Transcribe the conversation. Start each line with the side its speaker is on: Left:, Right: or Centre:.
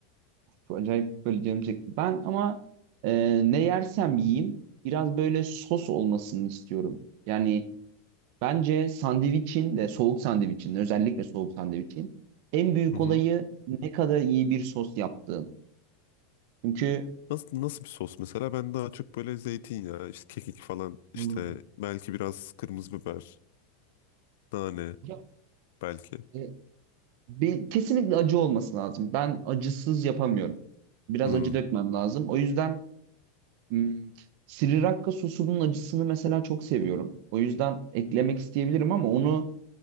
Right: Çok acayip böyle canım çekti. Ben ama e, ne yersem yiyeyim biraz böyle sos olmasını istiyorum. Yani bence sandviçin de soğuk sandviçin özellikle soğuk sandviçin en büyük
Left: Hı hı.
Right: olayı ne kadar iyi bir sos yaptığın. Çünkü
Left: Nasıl, nasıl bir sos mesela? Ben daha çok böyle zeytinyağı, işte kekik falan, işte
Right: Hı.
Left: belki biraz kırmızı biber, nane
Right: ya,
Left: belki.
Right: e, be- kesinlikle acı olması lazım. Ben acısız yapamıyorum. Biraz
Left: Hmm.
Right: acı dökmem lazım. O yüzden hmm, Sriracha sosunun acısını mesela çok seviyorum. O yüzden eklemek isteyebilirim ama onu